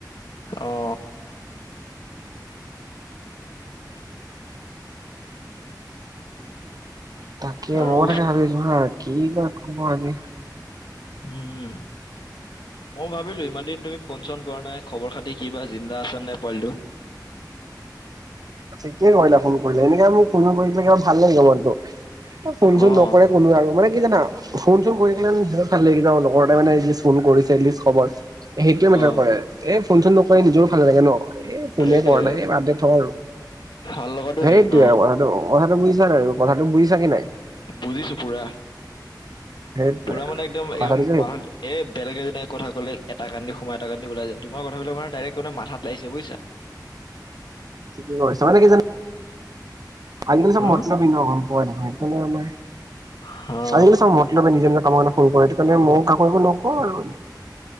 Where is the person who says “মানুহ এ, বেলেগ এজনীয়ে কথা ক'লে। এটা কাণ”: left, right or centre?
Left